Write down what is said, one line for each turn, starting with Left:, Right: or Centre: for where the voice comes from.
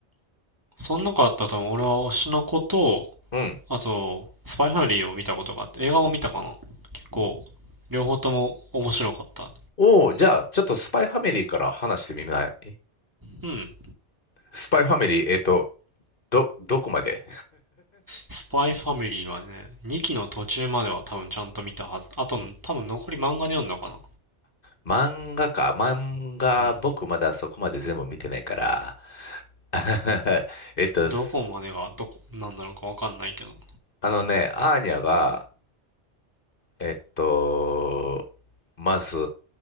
Right: その中だったら多分俺は推しの子と、
Left: うん。
Right: あと、スパイファミリーを見たことがあって、映画も見たかな結構、両方とも面白かった。
Left: おお、じゃあ、ちょっとスパイファミリーから話してみない
Right: うん。
Left: スパイファミリー、えっと、ど、どこまで
Right: スパイファミリーはね、2期の途中までは多分ちゃんと見たはず。あと、多分残り漫画で読んだかな
Left: 漫画か。漫画、
Right: うん。
Left: 僕まだそこまで全部見てないから。<laughs> えっと、
Right: どこまでがどこ、
Left: す
Right: なんだろうかわかんないけど。
Left: あのね、アーニャが、えっと、まず、